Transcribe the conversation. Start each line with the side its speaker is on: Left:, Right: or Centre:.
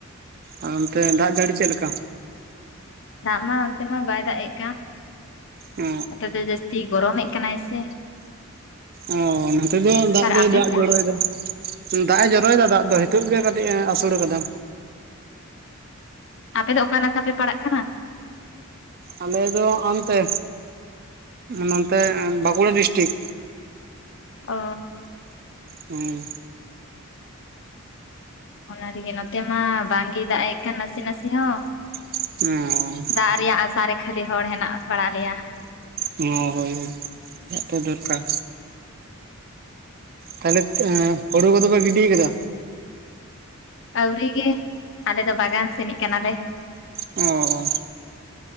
Right: ᱟᱨ ᱚᱱᱛᱮ ᱫᱟᱜ ᱡᱟᱹᱲᱤ ᱪᱮᱫ ᱞᱮᱠᱟᱼᱼ
Left: ᱫᱟᱜ ᱢᱟ ᱱᱚᱱᱛᱮ ᱢᱟ ᱵᱟᱭ ᱫᱟᱜ ᱮᱫ ᱠᱟᱱ
Right: ᱚ
Left: ᱱᱚᱛᱮ ᱫᱚ ᱡᱟᱹᱥᱛᱤ ᱜᱚᱨᱚᱢ ᱮᱫ ᱠᱟᱱᱟᱭ ᱥᱮᱼᱼ
Right: ᱚ ᱱᱚᱛᱮ ᱫᱚ ᱫᱟᱜ
Left: ᱟᱨ
Right: ᱫᱚᱭ
Left: ᱟᱯᱮ
Right: ᱫᱟᱜ
Left: ᱥᱮᱫ
Right: ᱡᱚᱨᱚᱭ ᱮᱫᱟ ᱫᱟᱜ ᱮ ᱡᱚᱨᱚᱭ ᱮᱫᱟ ᱫᱟᱜ ᱫᱚ ᱱᱤᱛᱚᱜ ᱜᱮ ᱠᱟᱹᱴᱤᱡ ᱮ ᱟᱹᱥᱩᱞ ᱟᱠᱟᱫᱟ
Left: ᱟᱯᱮ ᱫᱚ ᱚᱠᱟ ᱱᱟᱠᱷᱟ ᱯᱮ ᱯᱟᱲᱟᱜ ᱠᱟᱱᱟ
Right: ᱟᱞᱮ ᱫᱚ ᱱᱟᱦᱟᱱ ᱛᱮ ᱱᱚᱱᱛᱮ ᱵᱟᱸᱠᱩᱲᱟ ᱰᱤᱥᱴᱤᱠ
Left: ᱚ
Right: ᱦᱩᱸ
Left: ᱚᱱᱟ ᱨᱮ ᱜᱮ ᱱᱚᱛᱮ ᱢᱟ ᱵᱟᱝᱜᱮᱭ ᱫᱟᱜ ᱮᱫ ᱠᱟᱱ ᱱᱟᱥᱮ ᱱᱟᱥᱮ ᱦᱚᱸᱼᱼ
Right: <unintelligible>
Left: ᱫᱟᱜ ᱨᱮᱭᱟᱜ ᱟᱥᱟᱨᱮ ᱠᱷᱟᱹᱞᱤ ᱦᱚᱲ ᱦᱮᱱᱟᱜ ᱵᱟᱲᱟ ᱞᱮᱭᱟ
Right: ᱚ ᱦᱳᱭ ᱦᱳᱭ ᱫᱟᱜ ᱛᱚ ᱫᱚᱨᱠᱟᱨᱼᱼ ᱛᱟᱦᱚᱞᱮ ᱦᱩᱲᱩ ᱠᱚ ᱫᱚ ᱯᱮ ᱜᱤᱰᱤ ᱟᱠᱟᱫᱟ
Left: ᱟᱹᱣᱨᱤ ᱜᱮ ᱟᱞᱮ ᱫᱚ ᱵᱟᱜᱟᱱ ᱥᱮᱱᱤᱡ ᱠᱟᱱᱟᱞᱮ
Right: ᱚ ᱦᱚᱼᱼ